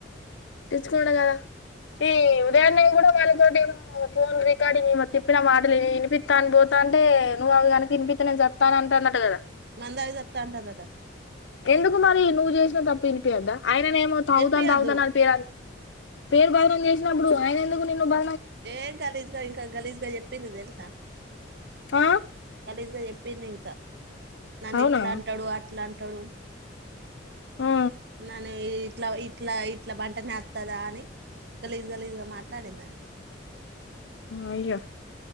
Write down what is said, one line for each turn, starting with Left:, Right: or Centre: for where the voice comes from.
Left: తీసుుకున్నాం కదా ఈ ఉదయంన్నే కూడా వాళ్ళతోటి ఏమో ఫోన్ రికార్డింగ్ చెప్పిన మాటలు వినిపిస్తా అని పోతా అంటే నువ్వు అవి కనుక వినిపిా నేను చెస్తాను అంటే అన్నట్టు కదా
Right: మందాగి సత్తాంటదట
Left: ఎండు కుమారి నువ్వు చేసి తప్ప ఇనిపియాదా అయననేమో తగ్త
Right: వినిపియద్దు
Left: తగ్త అవుదా పేరు బదనం చేసినప్పుడు ఆయన ఎందుకు నిన్ను బ
Right: ఏ గలీష్ గా ఇంకా గలీష్ గా చెప్పింది తె స
Left: ఆ
Right: స చెప్పింది ఇంకా నన్న
Left: అవునా
Right: ఇట్లా అంటాడు అ ఇట్లా అంటాడు
Left: ఆ
Right: నని ఇట్లా ఇట్లా ఇట్లా బంట నస్తుందా అని కలీజ కలీజ్గా మాట్లాడిందాన్ని
Left: అయ్య